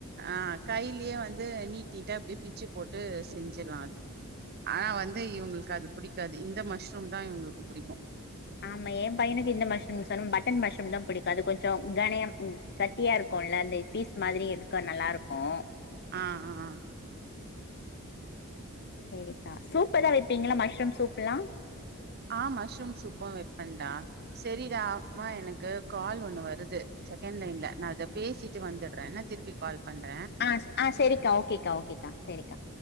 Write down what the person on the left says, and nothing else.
ஆமா என் பையனுக்கு இந்த மஷ்ரூம்னு சொன்னே பட்டன் மஷ் தான் பிடிக்கும் அது கொஞ்சம் கனயம் கட்டியா இருக்கும்ல்ல அந்த பீஸ் மாதிரி எடுக்க நல்லாருக்கும்
சேரிக்கா சூப்பெதாது வைப்பீங்களா மஷ்ரூம் சூப்லாம்
ஆஹ் ஆஹ் சேரிக்கா ஓகேக்கா ஓகேக்கா சேரிக்கா